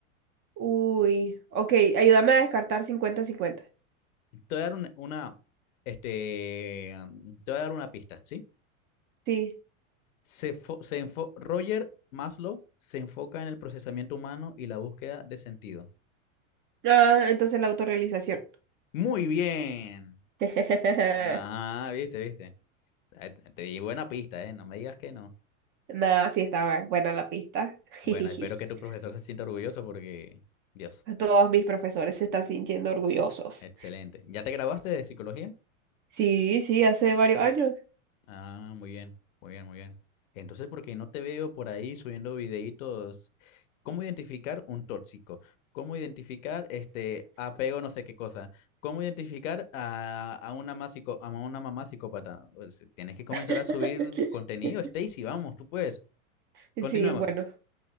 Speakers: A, on the right (about 25°); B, on the left (about 70°).
A: Uy, ok, ayúdame a descartar cincuenta-cincuenta.
B: Te voy a dar un- una, este, um, te voy a dar una pista, ¿sí?
A: Sí.
B: Se fo- se enfo- Roger Maslow se enfoca en el procesamiento humano y la búsqueda de sentido.
A: Ah, entonces la autorrealización.
B: Muy bien.
A: <laughs>
B: Ah, viste, viste. Eh, Te di buena pista, ¿eh? No me digas que no.
A: Nada, sí estaba buena la pista.
B: Bueno,
A: <laughs>
B: espero que tu profesor se sienta orgulloso porque, Dios,
A: Todos mis profesores se están sintiendo orgullosos.
B: excelente. ¿Ya te graduaste de psicología?
A: Sí, sí, hace varios años.
B: Ah, muy bien, muy bien, muy bien. Entonces, porque no te veo por ahí subiendo videitos? ¿Cómo identificar un tóxico? ¿Cómo identificar este apego no sé qué cosa? ¿Cómo identificar a, a una más psico- a una mamá psicópata? Pues, tienes que comenzar
A: <laughs>
B: a subir contenido, Stacy, vamos, tú puedes.
A: Sí,
B: Continuemos.
A: bueno.